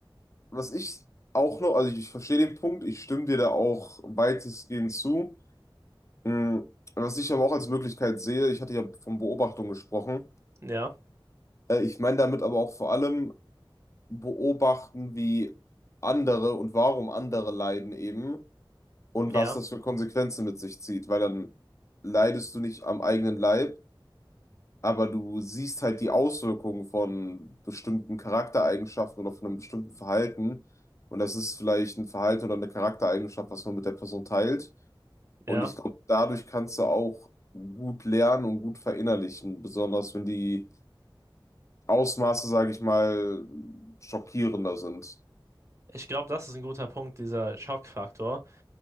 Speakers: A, on the left (about 35°); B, on the right (about 35°).
A: was ich auch noch, also ich verstehe den Punkt, ich stimme dir da auch weitestgehend zu. Hm, Was ich aber auch als Möglichkeit sehe, ich hatte ja von Beobachtung gesprochen.
B: Ja,
A: Äh, Ich meine damit aber auch vor allem beobachten, wie andere und warum andere leiden eben und
B: ja,
A: was das für Konsequenzen mit sich zieht, weil dann leidest du nicht am eigenen Leib, aber du siehst halt die Auswirkungen von bestimmten Charaktereigenschaften oder von einem bestimmten Verhalten. Und das ist vielleicht ein Verhalten oder eine Charaktereigenschaft, was man mit der Person teilt.
B: ja.
A: Und ich glaube, dadurch kannst du auch gut lernen und gut verinnerlichen, besonders wenn die Ausmaße, sage ich mal, schockierender sind.
B: Ich glaube, das ist ein guter Punkt, dieser Schockfaktor,